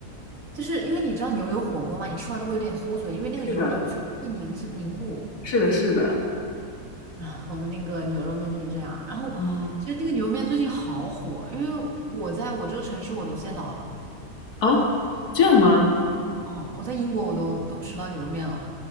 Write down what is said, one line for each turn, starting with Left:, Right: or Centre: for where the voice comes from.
Right: 就是因为你知道牛油火锅嘛，你吃完都会有点糊嘴，因为那个油冷却了会凝凝固。
Left: 是的，是的，是的，
Right: 啊，我们那个牛肉面就是这样。然后其实那个牛肉面最近好火，
Left: 哦
Right: 因为我在我这个城市我都见到了，
Left: 啊，这样吗？
Right: 哦，我在英国我都都吃到牛肉面了。